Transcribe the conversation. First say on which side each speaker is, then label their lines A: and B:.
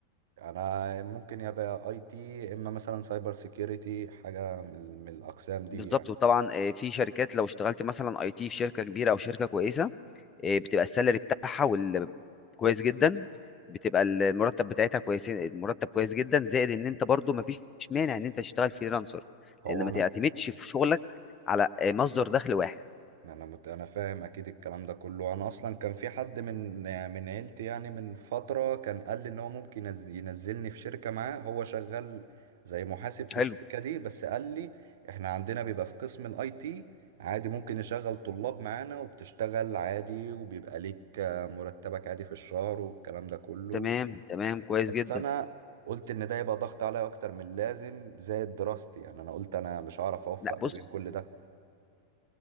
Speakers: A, on the right; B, on the left.
A: أنا ممكن يبقى أي تي إما مثلا سايبر سيكيورتي حاجة من من الأقسام دي
B: بالظبط
A: يعني
B: وطبعا آه، في شركات لو اشتغلت مثلا اي تي في شركه كبيره او شركه كويسه آه، بتبقى السالري بتاعها كويس جدا بتبقى المرتب بتاعتها كويس المرتب كويس جدا زائد ان انت برضو مفيش مانع ان انت تشتغل فريلانسر
A: هو
B: لان ما
A: أنا
B: تعتمدش في شغلك على مصدر دخل واحد
A: انا مت... انا فاهم اكيد الكلام ده كله انا اصلا كان في حد من من عيلتي يعني من فتره كان قال لي ان هو ممكن ينز- ينزلني في شركه معاه هو شغال زي محاسب في
B: حلو
A: الشركه دي بس قال لي احنا عندنا بيبقى في قسم الاي تي عادي ممكن نشغل طلاب معانا وبتشتغل عادي وبيبقى ليك آه، مرتبك عادي في الشهر والكلام ده كله
B: تمام تمام كويس
A: بس
B: جدا
A: انا قلت ان ده يبقى ضغط عليا اكتر من اللازم زائد دراستي يعني انا قلت انا مش هعرف اوفق
B: لا
A: ما
B: بص
A: بين كل ده